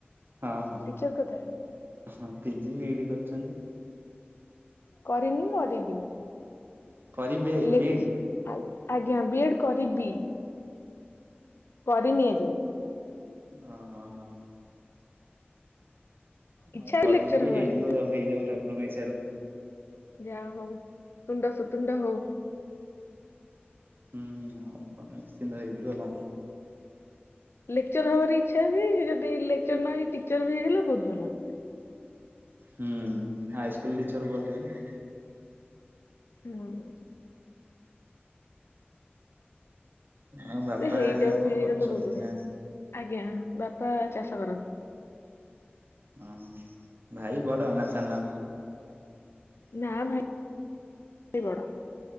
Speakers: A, on the right; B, on the left.
A: ହଁ ହଁ
B: ଟିଚର କଥା
A: ହ ପିଜି ବି ଡି କରିଛନ୍ତି
B: କରିନି କରିବିି
A: କରିବେ
B: ଲେଖ
A: ବିଇଡି
B: ଆ ଆଜ୍ଞା ବି ଏଡ଼୍ କରିବି କରିନି ଏ ଯାଇ
A: ଓ -ହୋ- ହୋ
B: ଇଚ୍ଛା
A: ଆଉ
B: ଅଛି
A: କହିକି
B: ଲେକ୍ଚର
A: ବି
B: ହବାରେ
A: ହେଇଯିବ ହେଇଯିବ ଠାକୁରଙ୍କ ଇଛାରୁ
B: ଯାହା ହଉ ତୁଣ୍ଡ ସୁତୁଣ୍ଡ ହଉ
A: ହୁଁ ହ ନିଶ୍ଚିନ୍ତ ହେଇଯିବ କଣ
B: ଲେକ୍ଚର ହବାର ଇଚ୍ଛା ଅଛି ଯଦି ଲେକ୍ଚର ନ ହେଇ ଟିଚର ବି ହେଇଗଲେ ବହୁତ ଭଲ
A: ହୁଁ- ହଁ ହାଇ ସ୍କୁଲ ଟିଚର ଭଲ ର
B: ହ। ହୁଁ।
A: ଆଉ ବାପା
B: ସେ ହେଇଯାଉ
A: ହେରିକା
B: ହେଇ
A: କଣ
B: ହେଇଗଲେ
A: କରୁଛନ୍ତି
B: ବହୁତ ବଢିଆ
A: ନା
B: ଆଜ୍ଞା। ବାପା ଚାଷ କରନ୍ତି।
A: ଓହୋ ଭାଇ ବଡ ନା ସାନ
B: ନା ଭାଇ ବଡ